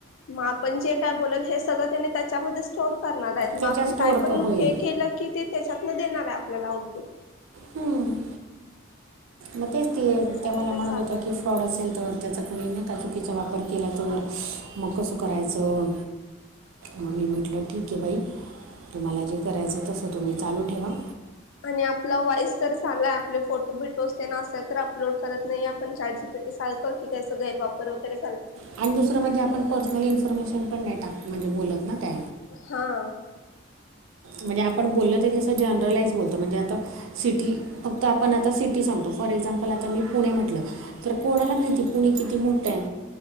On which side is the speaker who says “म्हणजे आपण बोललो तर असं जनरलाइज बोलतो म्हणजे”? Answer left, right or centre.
Right